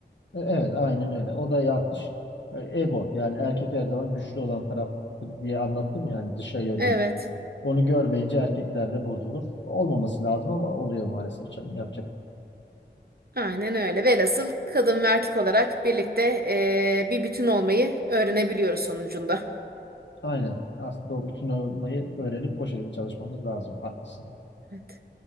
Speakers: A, on the left (about 85°); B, on the right (about 60°).
A: E, Evet, aynen öyle. O da yanlış. E, Ego yani erkek her zaman güçlü olan taraf diye anlattım ya hani dışa yönelik.
B: Evet.
A: Onu görmeyince erkeklerde bozulur. Olmaması lazım ama oluyor maalesef canım. Yapacak.
B: Aynen öyle. Velhasıl kadın ve erkek olarak birlikte eee, bir bütün olmayı öğrenebiliyoruz sonucunda.
A: Aynen. Aslında o bütün olmayı öğrenip o şekilde çalışmamız lazım. Haklısın.
B: Evet.